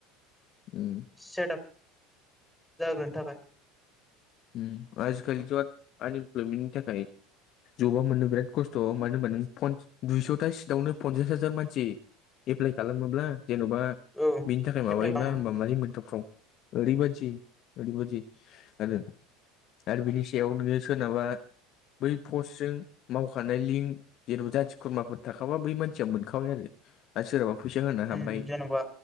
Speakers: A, on the left (about 50°); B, in the centre.
A: उम
B: सेटआप जाग्रोनो थाखाय
A: उम आजिखालिथ' आनइमप्लयमेन्टनि थाखाय जबा मोननो बिराद खस्थ' मानो होनबा नों दुइस'था सिटावनो पनसास हाजार मानसि एप्लाइ खालामोब्ला जेन'बा
B: औ
A: बिनि थाखाय माबायोबा
B: एप्लाइ खालामो
A: होमबा माब्रै मोनथावथाव? ओरै बादि ओरैबादि आरो आरो बिनि सायाव बिनो सोरनाबा बै पस्टजों मावखानाय लिंक जेन'बा जाथि खुरमाफोर थाखाबा बै मानसिया मोनखाबाय आरो। आरो सोरहाबा फैसा होना हाब्बाय
B: उम जेन'बा